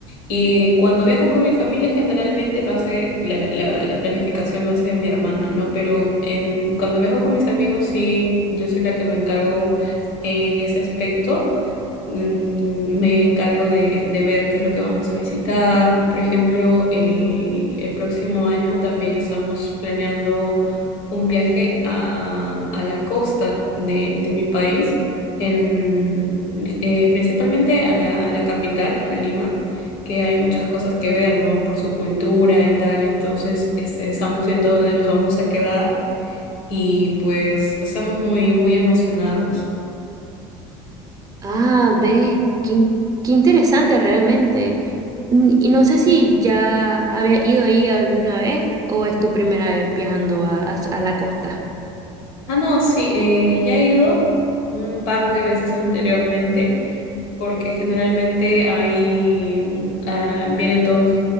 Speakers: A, on the left; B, on the right.
A: Y cuando viajo con mi familia generalmente lo hace, la, la, la planificación lo hace mi hermana, ¿no? Pero en, cuando viajo con mis amigos sí, yo soy la que me encargo en ese aspecto. Mm, Me encargo de, de ver qué es lo que vamos a visitar. Por ejemplo, el, el próximo año también estamos planeando un viaje a, a la costa de, de mi país, en, eh, principalmente a la, la capital, a Lima, que hay muchas cosas que ver, ¿no? Por su cultura y tal. Entonces, este, estamos viendo dónde nos vamos a quedar y pues estamos muy, muy emocionados.
B: Ah, ve, qué, in- qué interesante realmente. N- Y no sé si ya había ido ahí alguna vez o es tu primera vez viajando a, a- a la costa.
A: Ah, no, sí, eh, ya he ido un par de veces anteriormente, porque generalmente ahí ah, vienen todos,